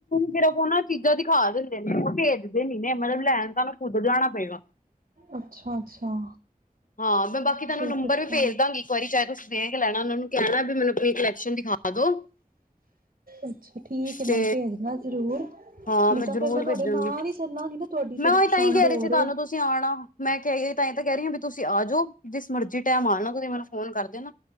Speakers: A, on the left; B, on the right.
A: ਫਿਰ ਉਹ ਨਾ, ਚੀਜ਼ਾਂ ਦਿਖਾ ਦਿੰਦੇ ਨੇ ਉਹ ਭੇਜਦੇ ਨੀ ਨੇ ਮਤਲਬ ਲੈਣ ਤਾਂ ਉਧਰ ਜਾਣਾ ਪਏਗਾ।
B: ਅੱਛਾ ਅੱਛਾ
A: ਹਾਂ ਮੈਂ ਬਾਕੀ ਤੁਹਾਨੂੰ
B: ਚਲੋ
A: ਨੰਬਰ
B: ਫਿਰ
A: ਵੀ
B: ਟਾਈਮ
A: ਭੇਜ ਦਾਂਗੀ ਇੱਕ ਵਾਰੀ ਚਾਹੇ ਤੁਸੀਂ ਦੇ ਲੈਣਾ ਉਹਨਾਂ ਨੂੰ ਕਹਿਣਾ ਵੀ ਮੇ ਕੁਲੈਕਸ਼ਨ ਦਿਖਾ ਦੋ
B: ਅੱਛਾ ਠੀਕ ਹੈ
A: ਤੇ
B: ਮੈਨੂੰ ਭੇਜਣਾ ਜ਼ਰੂਰ
A: ਹਾਂ
B: ਨਹੀਂ
A: ਮੈਂ
B: ਤਾਂ
A: ਜ਼ਰੂਰ
B: ਫਿਰ ਤੁਹਾਡੇ
A: ਭੇਜਾਂਗੀ
B: ਨਾਲ ਹੀ ਚੱਲਾਂਗੀ ਨਾ ਤੁਹਾਡੀ
A: ਮੈਂ
B: ਥੋੜੀ
A: ਉਹੀ
B: ਪਸੰਦ
A: ਤਾਂ ਹੀ ਕਹਿ
B: ਹੋਰ
A: ਰਹੀ ਸੀ ਤੁਹਾਨੂੰ
B: ਏ
A: ਤੁਸੀਂ ਆਣਾ ਮੈਂ ਕਿਹ <unintelligible> ਤਾਂ ਇਹ ਤਾਂ ਕਹਿ ਰਹੀ ਹਾਂ ਵੀ ਤੁਸੀਂ ਆਜੋ, ਜਿਸ ਮਰਜ਼ੀ ਟੈਮ ਆਣਾ <unintelligible> ਫੋਨ ਕਰ ਦੇਨਾ,